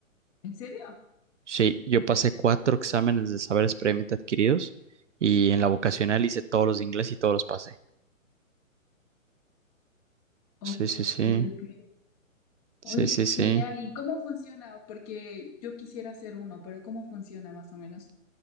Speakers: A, on the left; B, on the right.
A: ¿En serio?
B: Sí, yo pasé cuatro exámenes de saberes previamente adquiridos y en la vocacional hice todos los de inglés y todos los pasé.
A: Oh,
B: Sí, sí, sí,
A: ok, ok. Oye,
B: sí, sí,
A: qué
B: sí.
A: genial. ¿Y cómo funciona? Porque yo quisiera hacer uno, pero ¿cómo funciona más o menos?